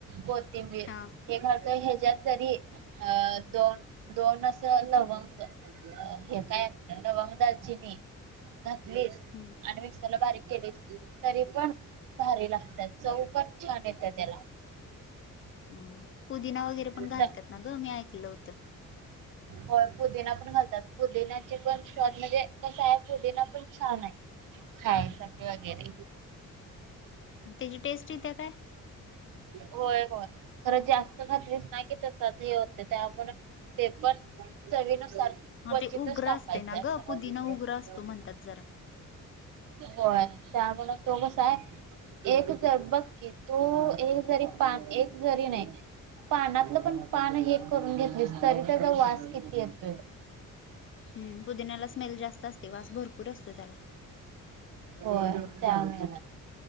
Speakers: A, on the right; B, on the left.
A: कोथिंबीर
B: हा
A: हे करत ह्याच्यात तरी अ दोन दोन अस लवंग. हे कायऐक लवंग दालची नाही घातलीच
B: हम्म
A: आणि मिक्सरला बारीक केली तरी पण भारी लागतात चव पण छान येते त्याला
B: ह पुदिना वगैरे
A: त्याला
B: पण घालतात ना ग मी ऐकलं होतं.
A: हो पुदिना पण घालतात पुदिनाचे पण स्वाद म्हणजे कस आहे पुदिना पण छान आहे. खायस वगैरे
B: त्याची टेस्ट येत्या काय
A: होय होय खरं जास्त घातलीस नाही कि तसच हे. त्यामु ते पण चवीन सार क्वचितच
B: हा ते उग्र
A: टाकायचं
B: असते ना
A: असं.
B: ग पुदिना उग्र असतो म्हणतात जरा
A: होय त्यामुळेला तो कसा आहे. एक जर बघकीि तू एक जरी पा एक जरी नाही. पानातलं पण पान हे करून घेतलीस तरी त्याचा वास किती येतोय.
B: हम् पुदिनला स्मेल जास्त असते वास भरपूर असतो त्याला
A: हो त्याना